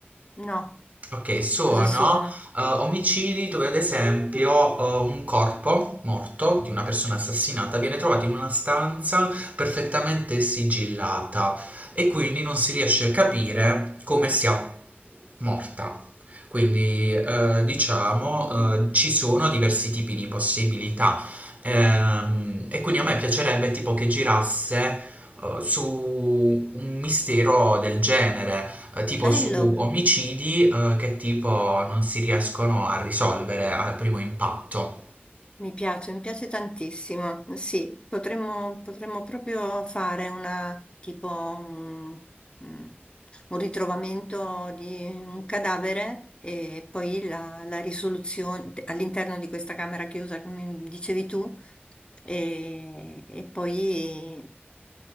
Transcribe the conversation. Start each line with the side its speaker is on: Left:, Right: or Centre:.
Left: No,
Right: Ok, sono
Left: cosa sono?
Right: eh, omicidi dove ad esempio eh, un corpo morto di una persona assassinata viene trovato in una stanza perfettamente sigillata e quindi non si riesce a capire come sia Morta. Quindi, ehm, diciamo, ehm, ci sono diversi tipi di possibilità. Ehm, e quindi a me piacerebbe tipo che girasse, ehm, su un mistero del genere, eh, tipo
Left: Bello.
Right: su omicidi, eh, che tipo non si riescono a risolvere al primo impatto.
Left: Mi piace, mi piace tantissimo. Sì, potremmo, potremmo proprio fare una, tipo un, mm, un ritrovamento di un cadavere e poi la, la risoluzione all'interno di questa camera chiusa, come dicevi tu, e, e poi